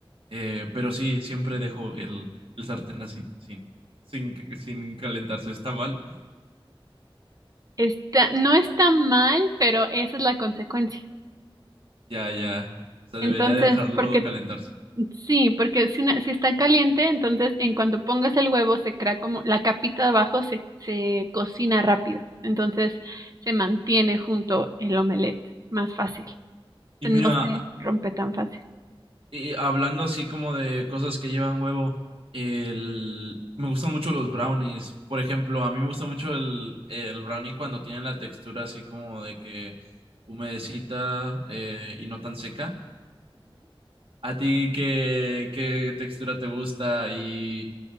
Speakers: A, on the right; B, on the right.
A: Eh, pero sí, siempre dejo el, el sartén así, sin, sin, sin calentarse. ¿Está mal?
B: está, no está mal, pero esa es la consecuencia.
A: Ya, ya. O sea, debería
B: Entonces,
A: de dejarlo
B: porque
A: calentarse.
B: sí, porque si, una- si está caliente, entonces en cuanto pongas el huevo se crea como la capita de abajo se, se cocina rápido. Entonces, se mantiene junto el omelette más fácil. O
A: Y
B: sea,
A: mira,
B: No se
A: a-
B: rompe tan fácil.
A: y hablando así como de cosas que llevan huevo, el... me gustan mucho los brownies. Por ejemplo, a mí me gusta mucho el, el brownie cuando tienen la textura así como de que humedecita eh, y no tan seca. ¿A ti qué, qué textura te gusta y,